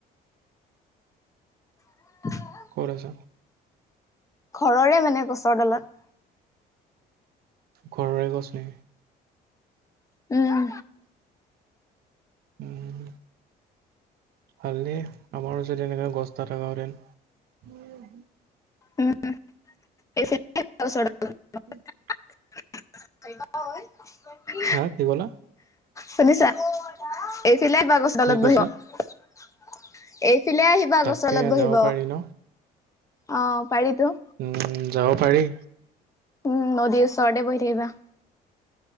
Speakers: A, on the left (about 20°); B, on the right (about 65°).
A: <unintelligible>
B: ক'ত আছ?
A: ঘৰৰে মানে গছৰ ডালত।
B: ঘৰৰে গছ নি?
A: উম্।
B: উম্ ভাললে, আমাৰো যদি এনেকা গছ'টা থকা হেতেন! উম
A: উম <unintelligible>
B: ও <inaudible>
A: <unintelligible>
B: হা- কি ক'লা?
A: শুনিছা? এইফালে আহিবা গছৰ তলত
B: কি কৈছা
A: বহিব। এইফালে আহিবা
B: তাকে
A: গছ লত বহিব।
B: যাব পাৰি ন
A: অ' পাৰিতো।
B: উম্ যাব পাৰি।
A: উম্ নদীৰ ওচৰতে বহি থাকিবা।